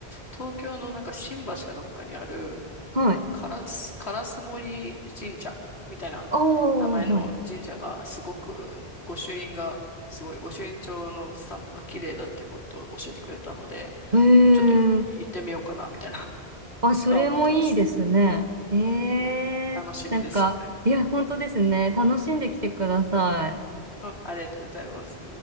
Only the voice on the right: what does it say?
はい。
ああ、はい。へえ。
あ、それもいいですね。
え
えなんか、
いや、本当ですね。楽しんできてください。